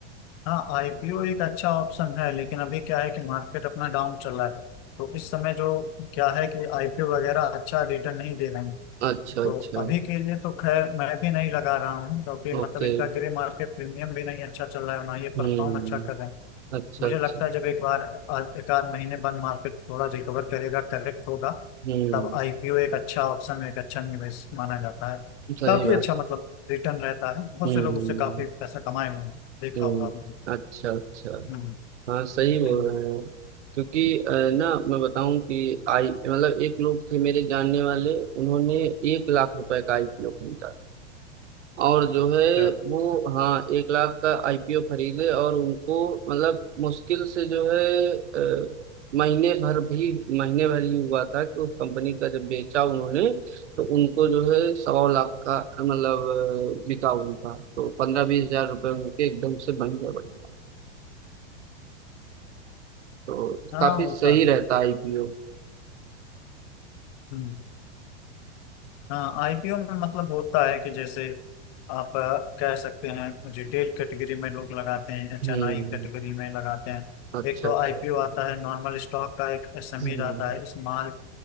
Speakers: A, on the left; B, on the right.
A: हाँ आईपीओ एक अच्छा ऑप्शन है लेकिन अभी क्या है कि मार्केट अपना डाउन चल रहा है तो इस समय जो क्या है कि आईपीओ वगैरह अच्छा रिटर्न नहीं दे रहे हैं
B: अच्छा
A: तो
B: अच्छा
A: अभी के लिए तो खैर मैं भी नहीं लगा रहा हूँ क्योंकि
B: ओके
A: मतलब इनका ग्रे मार्केट प्रीमियम भी नहीं अच्छा चल रहा है ना ये
B: हम्म
A: परफॉर्म अच्छा कर रहे हैं
B: अच्छा
A: मुझे
B: अच्छा
A: लगता है जब एक बार आ- एक आध महीने बाद मार्केट थोड़ा रिकवर करेगा करेक्ट होगा
B: हम्म
A: तब आईपीओ एक अच्छा ऑप्शन एक अच्छा निवेश माना जाता है
B: सही
A: काफी
B: बात
A: अच्छा मतलब
B: है
A: रिटर्न रहता है बहुत
B: हम्म
A: से लोग उससे काफी पैसा कमाए हुए हैं देखा
B: हम्म
A: होगा आपने
B: अच्छा अच्छा
A: हम्म
B: हाँ सही बोल
A: हम्म,
B: रहे हैं आप। क्योंकि अ, ना मैं बताऊं कि आई मतलब एक लोग थे मेरे जानने वाले उन्होंने एक लाख रुपए का आईपीओ खरीदा और जो है
A: अच्छा।
B: वो हाँ एक लाख का आईपीओ खरीदे और उनको मतलब मुश्किल से जो है अ, महीने भर भी महीने भर ही हुआ था कि उस कंपनी का जब बेचा उन्होंने तो उनको जो है सवा लाख का अ, मतलब अ, बिका उनका तो पंद्रह बीस हजार रुपये उनके एकदम से बन गए बढ़िया तो
A: हाँ
B: काफी
A: होता
B: सही
A: है
B: रहता आईपीओ
A: हम्म हाँ आईपीओ में मतलब होता है कि जैसे आप अ, कह सकते हैं रिटेल कैटेगरी में लोग लगाते हैं एचएनआई
B: हम्म
A: कैटेगरी में लगाते हैं
B: अच्छा
A: एक तो
B: अच्छा
A: आईपीओ आता है नॉर्मल स्टॉक का एक एसएमई
B: हम्म
A: आता है स्मॉल